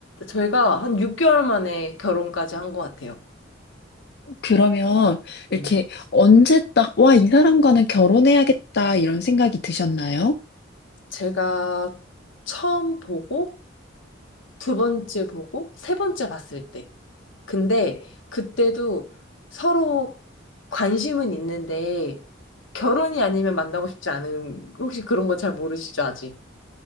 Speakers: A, on the left; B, on the left.
A: 저희가 한 6개월 만에 결혼까지 한 것 같아요.
B: <laughs> 그러면
A: 음.
B: 이렇게 언제 딱, 와, 이 사람과는 결혼해야겠다, 이런 생각이 드셨나요?
A: 제가 처음 보고 두 번째 보고 세 번째 봤을 때 근데 그때도 서로 관심은 있는데 결혼이 아니면 만나고 싶지 않은 혹시 그런 거 잘 모르시죠, 아직?